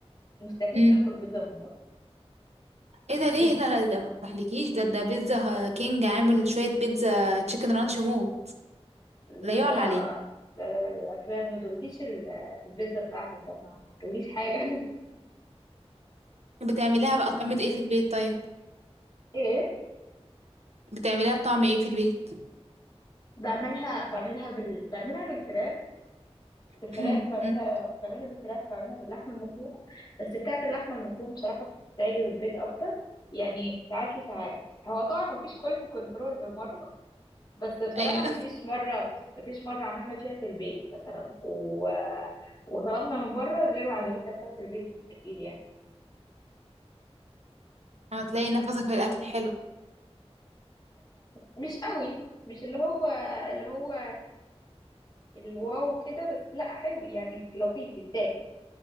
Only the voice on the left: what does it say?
فمستحيل
ناكل بيتزا من بره
انت
لا
لا لا لا لا انت ما دقتيش ال- البيتزا بتاعتي فما ما تقوليش حاجه <laughs>
ايه
بعملها بعملها بال... بعملها بالفراخ
بفراخ
بعملها بعملها بالفراخ وبعملها باللحمة المفرومة بس بتاعة اللحمة المفرومة بصراحة بتعجب البيت أكتر يعني ساعات وساعات هو طبعا مفيش كواليتي كنترول بالمرة بس بصراحة
مفيش مرة مفيش مرة عملنا فيها في البيت مثلا و... وطلبنا من بره غير وعجبتنا بتاعة البيت أكيد يعني
مش قوي مش اللي هو اللي هو الواو كده بس لا حلو يعني لطيف يتاكل